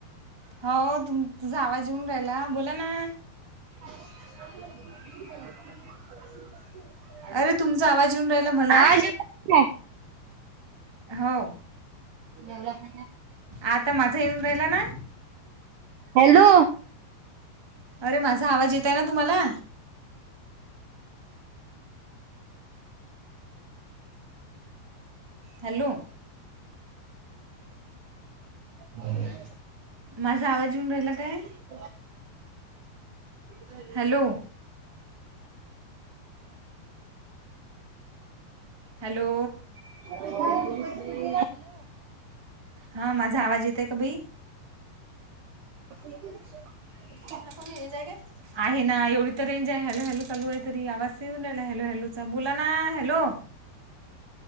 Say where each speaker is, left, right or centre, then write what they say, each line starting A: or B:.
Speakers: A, on the right; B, on the right.
A: हो तुं तुझां आवांज येेऊन राहिला बोलां नां
B: <unintelligible>
A: अरे तुमचां आवांज येऊन राहिला मलां
B: आवाज येऊ राहिला काय?
A: हो
B: एवढं
A: आंता माझां येऊन राहिला नां
B: हॅलो
A: अरे माझां आवांज येतं आहे नां तुम्हांला हॅलो
B: बरं
A: माझां आवांज येऊन राहिला कायं
B: ह <unintelligible> हा <unintelligible>
A: हॅलो हॅलो
B: ह <unintelligible>
A: हां माझां आवांज येतंय कां बाई
B: क <unintelligible>
A: आपल्यांला कोणी हे जायगे आहे नां एवढी तरं रेंज आहे हॅलो हॅलो चालूं आहे तरी आवांज तरं यु राहिला हॅलो हॅलो चां बोलां नां हॅलो